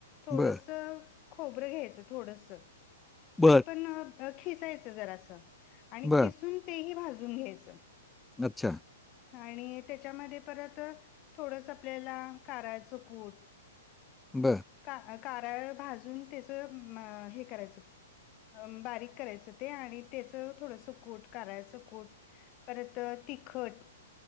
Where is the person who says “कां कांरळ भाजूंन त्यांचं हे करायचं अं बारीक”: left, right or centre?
Left